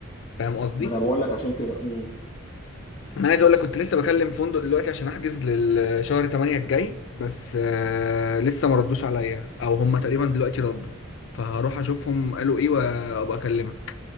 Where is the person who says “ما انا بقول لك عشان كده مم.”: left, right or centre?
Left